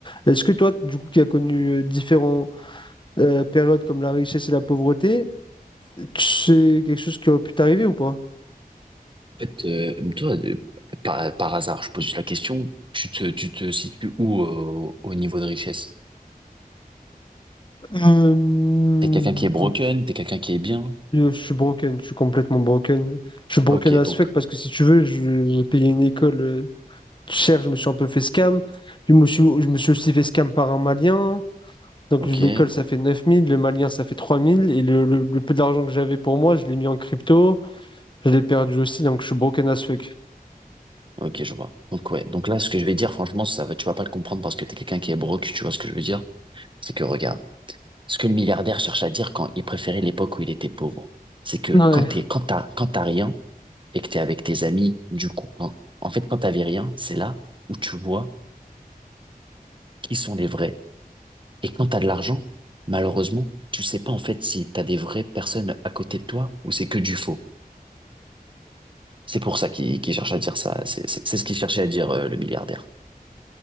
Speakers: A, on the left; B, on the right.
A: Est-ce que toi, du coup, qui as connu euh, différentes euh, périodes comme la richesse et la pauvreté, c'est quelque chose qui aurait pu t'arriver ou pas?
B: En fait, euh, toi, de- par, par hasard, je pose juste la question, tu te, tu te situes où euh, au niveau de richesse?
A: Euh,
B: T'es quelqu'un qui est broken, t'es quelqu'un qui est bien?
A: Yo, Je suis broken, je suis complètement broken. Je suis broken
B: Ok,
A: as
B: donc,
A: fuck parce que si tu veux, je- j'ai payé une école euh, chère, je me suis un peu fait scam. Je me suis, je me suis aussi fait scam par un Malien. Donc
B: ok,
A: l'école, ça fait 9000, le Malien, ça fait 3000. Et le, le, le peu d'argent que j'avais pour moi, je l'ai mis en crypto. Je l'ai perdu aussi, donc je suis broken as fuck.
B: ok, je vois. Donc, ouais, donc là, ce que je vais dire, franchement, ça va, tu vas pas le comprendre parce que t'es quelqu'un qui est broke, tu vois ce que je veux dire? C'est que, regarde, ce que le milliardaire cherche à dire quand il préférait l'époque où il était pauvre, c'est que
A: Ouais.
B: quand t'es, quand t'as, quand t'as rien et que t'es avec tes amis, du coup, quand- en fait, quand t'avais rien, c'est là où tu vois qui sont les vrais. Et quand tu as de l'argent, malheureusement, tu sais pas en fait si tu as des vraies personnes à côté de toi ou c'est que du faux. C'est pour ça qu'il qu'il cherche à dire ça. C'est c'est- c'est ce qu'il cherchait à dire euh, le milliardaire.